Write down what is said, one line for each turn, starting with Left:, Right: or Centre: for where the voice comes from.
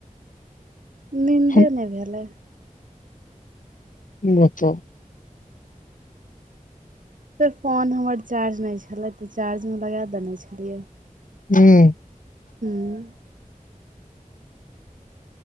Right: निन्दे
Left: हम
Right: नै भेलै।
Left: बताउ?
Right: फेर फोन हमर चार्ज नैय छल्ला, तऽ चार्ज मे लगा देने छलियै।
Left: हूँम्म।
Right: हूँम्म।